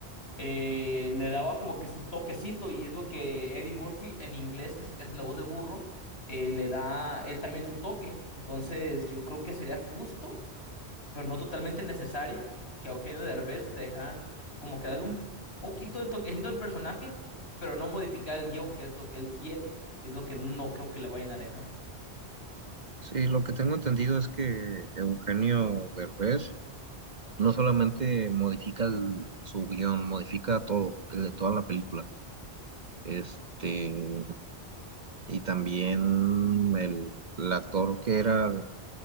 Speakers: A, on the left; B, on the right.
A: eh, le daba como que su toquecito y es lo que Eddie Murphy en inglés, que es el que hace la voz de burro, eh, le da él también su toque. Entonces yo creo que sería justo, pero no totalmente necesario, que a Eugenio Derbez le dejaran como que darle un poquito el toquecito al personaje, pero no modificar el guión, que es lo que él quiere, y es lo que no creo que le vayan a dejar.
B: Sí, lo que tengo entendido es que Eugenio Derbez no solamente modifica el- su guión, modifica todo, el de toda la película. Este, y también el, el actor que era